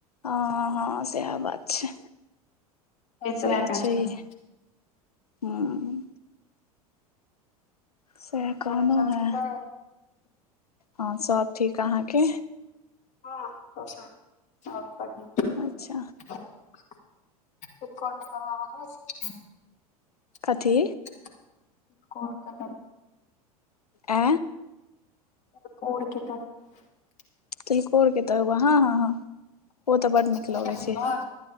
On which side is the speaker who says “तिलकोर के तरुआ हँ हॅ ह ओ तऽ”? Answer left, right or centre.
Left